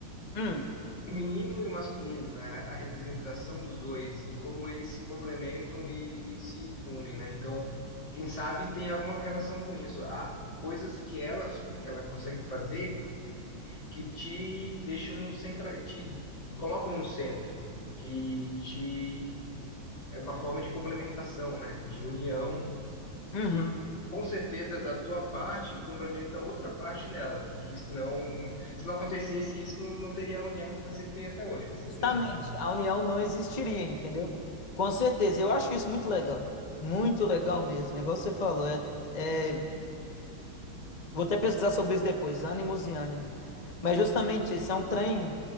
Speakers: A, on the left (about 25°); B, on the left (about 75°).
A: Hum,
B: feminino e o masculino, né? A representação dos dois e como eles se complementam e, e se unem, né? Então, quem sabe tem alguma relação com isso. Há coisas que ela, que ela consegue fazer que te deixam centra, te colocam no centro, que te é uma forma de complementação, né? De união
A: uhum.
B: que com certeza da tua parte complementa outra parte nela, que senão, se não acontecesse isso, não teria a união que vocês têm até hoje, com certeza,
A: Justamente,
B: né?
A: a união não existiria, entendeu? Com certeza, eu acho isso muito legal. Muito legal mesmo, igual você falou. É, é- Vou até pesquisar sobre isso depois, ânimos e ânima. Mas justamente isso, é um trem.